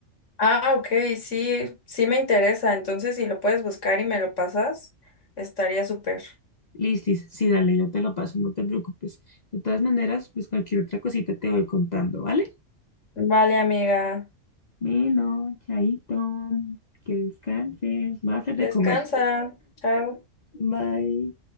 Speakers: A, on the left; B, on the left.
A: Ah, ok, sí, sí me interesa. Entonces, si lo puedes buscar y me lo pasas, estaría súper.
B: Listis, sí, dale, yo te lo paso, no te preocupes. De todas maneras, pues cualquier otra cosita te voy contando, ¿vale?
A: Vale, amiga.
B: Bueno, chaito, que descanses, va a hacer de
A: Descansa.
B: comer.
A: Chao.
B: Bye.